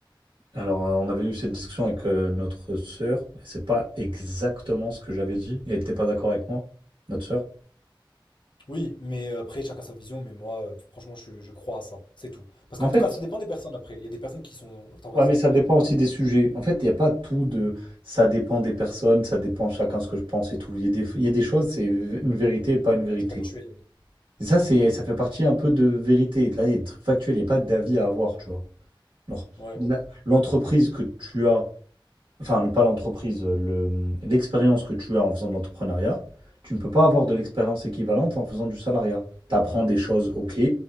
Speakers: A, on the right; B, on the left.
A: Alors, euh, on avait eu cette discussion avec euh, notre sœur, et c'est pas exactement ce que j'avais dit, et elle n'était pas d'accord avec moi, notre sœur.
B: Oui, mais euh, après, chacun sa vision, mais moi, euh, franchement, je, je crois à ça, c'est tout. Parce
A: Mais
B: qu'en
A: En fait,
B: tout cas, ça dépend des personnes après. Il y a des personnes qui sont... Attends, vas-y,
A: Ouais, mais
B: dis-moi.
A: ça dépend aussi des sujets. En fait, il n'y a pas tout de ça dépend des personnes, ça dépend chacun ce que je pense et tout. Il y a des, il y a des choses, c'est une vérité et pas une vérité.
B: C'est factuel.
A: Et ça, c'est, ça fait partie un peu de vérité. Là, il y a des trucs factuels, il n'y a pas d'avis à avoir, tu vois. Genre,
B: Ouais.
A: la- l'entreprise que tu as enfin pas l'entreprise, euh, le- euh, l'expérience que tu as en faisant de l'entrepreneuriat, tu ne peux pas avoir de l'expérience équivalente en faisant du salariat. Tu apprends des choses, ok,